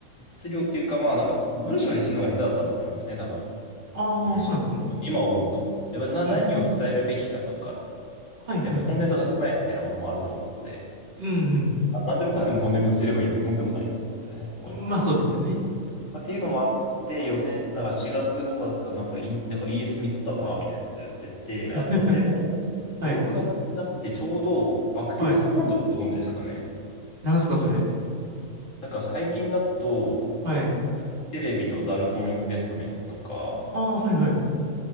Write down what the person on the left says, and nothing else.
質量っていうか、まあなんか、文章にするのが下手だったと思いますね、多分。
うん。
今思うと。やっぱな、何を伝えるべきかとか、
やっぱ本音と建前みたいなものもあると思うので、
な何でもかんでも本音ぶつければいいってもんでもないみたいなことだね、思いますと。
まあ、っていうのもあって、4年、だから4月5月はなんかイン、なんかイーエスミスったな、みたいなことやってて、
あとでも、
5、6月になってちょうど、アクティビストファンドってご存知ですかね。
なんか最近だと、
フジテレビとダルトンインベストメンツとか、